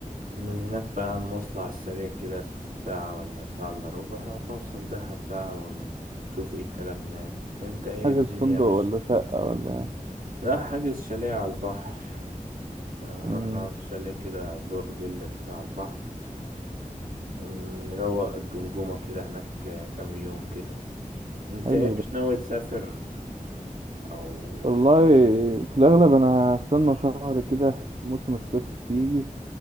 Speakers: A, on the right; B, on the right.
A: ومن هناك بقى المواصلة على السريع كده في ساعة ولا ساعة إلا ربع بوصل دهب بقى ونشوف ايه الكلام هناك انت ايه
B: حاجز
A: الدنيا
B: فندق
A: مش
B: ولا شقة ولا ايه
A: لا حاجز شاليه على البحر يعني
B: مم.
A: نروح نقعد في شاليه كده دور فيلا كده على البحر ونروق الجمجمة كده هناك كام يوم كده انت
B: حلو
A: ايه مش
B: ده
A: ناوي تسافر او
B: والله في الاغلب انا هستنى شهر كده موسم الصيف بيجي